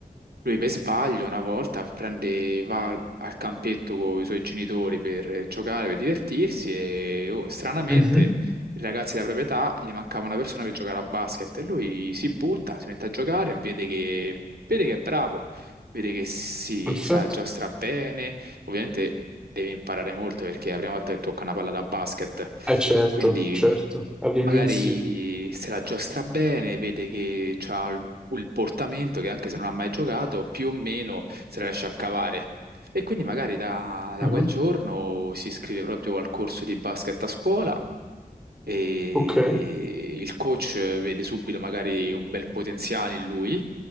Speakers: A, on the right (about 75°); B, in the centre.
A: lui per sbaglio una volta prende, va al al campetto con i suoi genitori per giocare, per divertirsi e oh, stranamente
B: Mhm.
A: i ragazzi della propria età, gli mancava una persona per giocare a basket e lui si butta, si mette a giocare e vede che, vede che è bravo, vede che si
B: Perfetto.
A: sa giostra bene, ovviamente deve imparare molto perché è la prima volta che tocca una palla da basket,
B: Eh certo,
A: quindi
B: certo. All'inizio.
A: magari se la giostra bene, vede che ha il il portamento che anche se non ha mai giocato, più o meno se la riesce a cavare. E quindi magari da, da
B: Mhm.
A: quel giorno si iscrive proprio al corso di basket a scuola e
B: Ok.
A: il coach vede subito magari un bel potenziale in lui